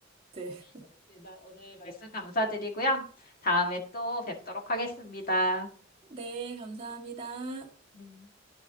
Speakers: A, on the right; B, on the left.
A: 네. <laughs>
B: 알겠습니다. 오늘 말씀 감사드리고요. 다음에 또 뵙도록 하겠습니다.
A: 네, 감사합니다.
B: 네.